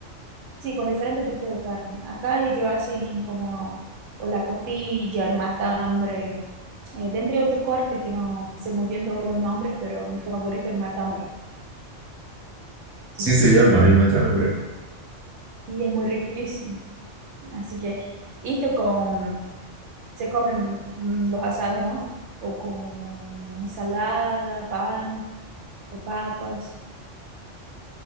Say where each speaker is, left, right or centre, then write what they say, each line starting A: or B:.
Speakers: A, on the right; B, on the right.
A: sí, con diferentes tipos de carne. Acá ellos hacen como o la costilla, el matambre, eh, de entre otros cortes que no sé muy bien todos los nombres, pero mi favorito es el matambre, sí.
B: Sí se llama el mate hambre.
A: Y es muy riquísimo. Así que esto con, se comen mm, los asados, ¿no? O con ensalada, pan o papas.